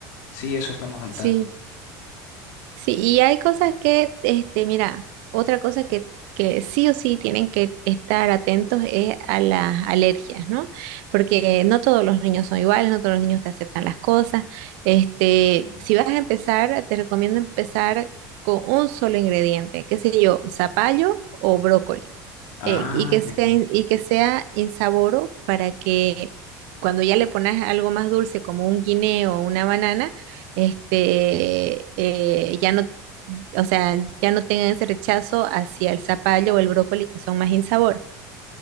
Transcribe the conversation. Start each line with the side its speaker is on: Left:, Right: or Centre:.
Left: Sí, eso estamos al
Right: Sí,
Left: tanto.
Right: Sí, y hay cosas que, este, mira, otra cosa que, que sí o sí tienen que estar atentos es a las alergias, ¿no? Porque no todos los niños son iguales, no todos los niños te aceptan las cosas. Este,
Left: Mm.
Right: si vas a empezar, te recomiendo empezar con un solo ingrediente, qué sé yo, zapallo o brócoli
Left: Ah,
Right: eh, y que
Left: ya,
Right: sea,
Left: ya,
Right: in- y que sea insaboro para que cuando ya le pones algo más dulce como un guineo o una banana, este, eh, ya no, o sea, ya no tengan ese rechazo hacia el zapallo o el brócoli que son más insabor.